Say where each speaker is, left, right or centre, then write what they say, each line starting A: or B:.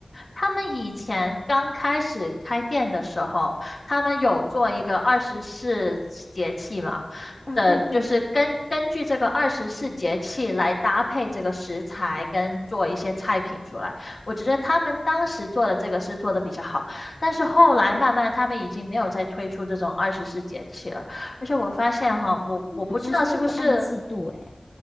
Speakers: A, on the left; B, on the left.
A: 他们以前刚开始开店的时候，他们有做一个二十四节气嘛
B: 啊，
A: 的，
B: 对对，
A: 就是根根据这个二十四节气来搭配这个食材跟做一些菜品出来。我觉得他们当时做的这个是做的比较好，但是后来慢慢他们已经没有再推出这种二十四节气了。而且我发现哈，我我不知道是不是
B: 他们好像现在就按季度哎，